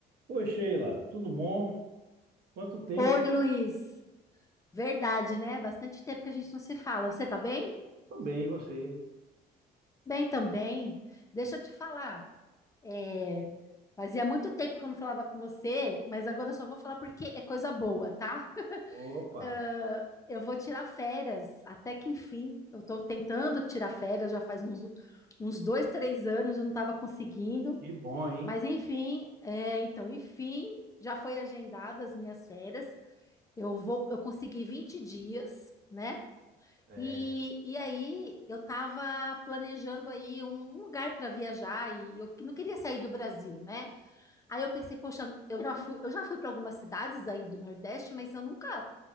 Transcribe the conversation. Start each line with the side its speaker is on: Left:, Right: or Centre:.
Right: Oi, Sheila, tudo bom? Quanto tempo?
Left: Oi,
Right: hein?
Left: Luiz. Verdade, né? Bastante tempo que a gente não se fala. Você tá bem?
Right: Tô bem, e você?
Left: Bem também. Deixa eu te falar. é, Fazia muito tempo que eu não falava com você, mas agora eu só vou falar porque é coisa boa, tá?
Right: Opa,
Left: Ah, eu vou tirar férias, até que enfim. Eu tô tentando tirar férias já faz uns, uns dois, três anos, eu não estava conseguindo.
Right: que bom, hein?
Left: Mas enfim, é, então, enfim, já foi agendadas as minhas férias. Eu vou, eu consegui 20 dias, né?
Right: É.
Left: E, e aí eu estava planejando aí um lugar para viajar e eu não queria sair do Brasil, né? Aí eu pensei, poxa, eu já fui, eu já fui para algumas cidades aí do Nordeste, mas eu nunca,